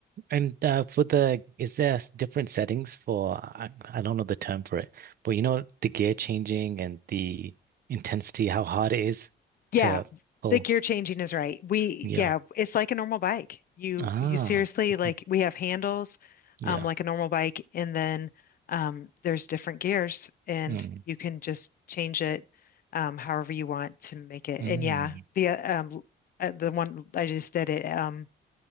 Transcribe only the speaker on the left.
Yeah,
the gear changing is right. We,
yeah, it's like a normal bike. You,
you seriously like
we have handles,
um, like a normal bike, and then um, there's different gears, and
you can just change it um, however you want to make it.
And yeah, the uh, um, uh, the one I just did it. Um,